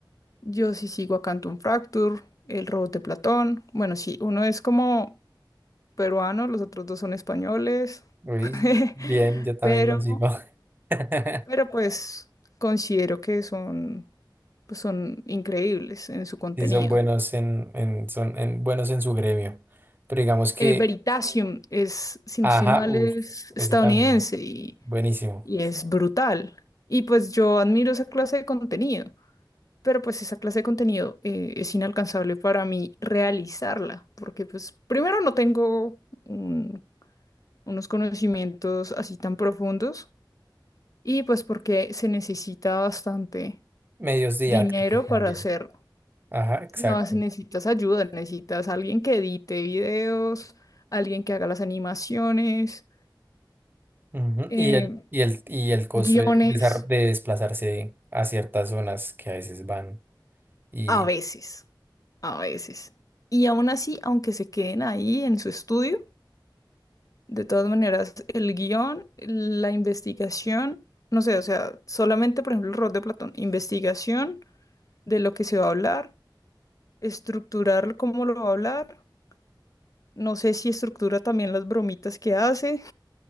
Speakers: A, on the left; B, on the right.
A: yo sí sigo a Canton Fracture, El Robot de Platón. Bueno, sí, uno es como peruano, los otros dos son españoles,
B: Uy,
A: <laughs>
B: bien, yo también
A: pero,
B: lo sigo. <laughs>
A: pero pues considero que son, pues son increíbles en su contenido.
B: Y son buenos en, en- son en- buenos en su gremio. Pero digamos que,
A: Eh, Veritasium es, si
B: ajá,
A: no estoy mal,
B: uff,
A: es estadounidense
B: ese también.
A: y,
B: Buenísimo.
A: y es brutal. Y pues yo admiro esa clase de contenido, pero pues esa clase de contenido eh, es inalcanzable para mí realizarla, porque pues primero no tengo un- unos conocimientos así tan profundos y pues porque se necesita bastante
B: Medios didácticos
A: dinero
B: también.
A: para hacerlo.
B: Ajá, exacto.
A: No, se necesitas ayuda, necesitas alguien que edite videos, alguien que haga las animaciones
B: Ujú,
A: eh,
B: Y el, y el, y el costo
A: guiones
B: de, desar- de desplazarse a ciertas zonas que a veces van. Y
A: a veces, a veces. Y aún así, aunque se queden ahí en su estudio, de todas maneras, el guión, la investigación, no sé, o sea, solamente, por ejemplo, el rol de Platón, investigación de lo que se va a hablar, estructurar cómo lo va a hablar. No sé si estructura también las bromitas que hace